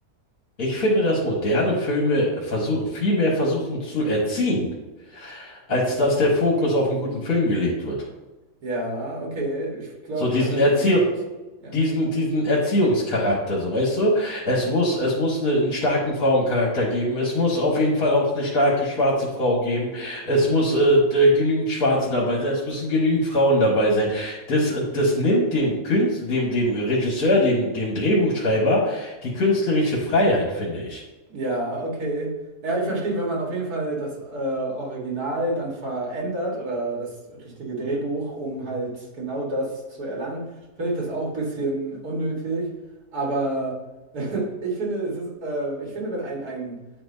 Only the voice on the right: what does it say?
Mhm.
Ja, okay. Ich glaube,
ich verstehe,
von wo du kommst. Ja.
Ja, okay. Ja, ich verstehe, wenn man auf jeden Fall das äh, Original dann verändert oder das richtige Drehbuch, um halt genau das zu erlangen, finde ich das auch ein bisschen unnötig. Aber <laughs> ich finde, es ist, äh, ich finde, wenn ein, ein